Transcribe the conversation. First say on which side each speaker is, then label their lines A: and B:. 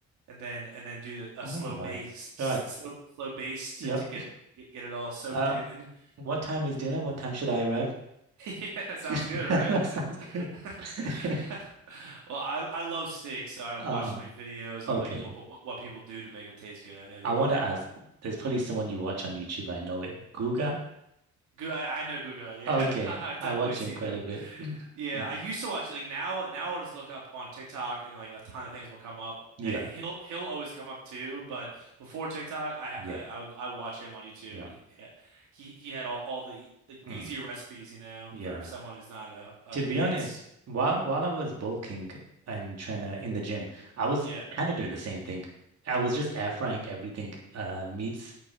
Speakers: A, on the right (about 75°); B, on the right (about 55°).
A: and then and then do the, a
B: Oh
A: slow
B: my
A: bass, s-
B: God.
A: slow slow bass to,
B: Yep.
A: to get, get get it all soaked
B: Uh,
A: in. <laughs>
B: what time is dinner? What time should I arrive?
A: Yeah, sounds
B: <laughs>
A: good,
B: That
A: right?
B: sounds good.
A: <laughs>
B: <laughs>
A: Well, I I love steak, so I
B: Uh-huh.
A: watch so many videos
B: Okay.
A: on like what what, what people do to make them taste good. I know that
B: I want
A: the
B: to ask, there's probably someone you watch on YouTube. I know it. Guga?
A: Gu- I I know Guga. Yeah,
B: Okay.
A: <laughs> I've definitely
B: I watch
A: seen
B: him quite
A: him.
B: a bit. <clears throat>
A: Yeah,
B: Mm.
A: I used to watch like now. Now I'll just look up on TikTok and like a ton of things will come up,
B: Yeah.
A: and he'll he'll always come up too. But before TikTok, I
B: Yeah.
A: I, I would I would watch him on YouTube,
B: Yeah.
A: and he yeah, he, he had all, all the like
B: Mm.
A: easier recipes, you know,
B: Yeah.
A: for someone who's not uh, advanced.
B: To be honest, while while I was bulking and trying to in the gym, I was
A: Yeah,
B: kind of doing the same thing. I was just air frying everything. Uh, meats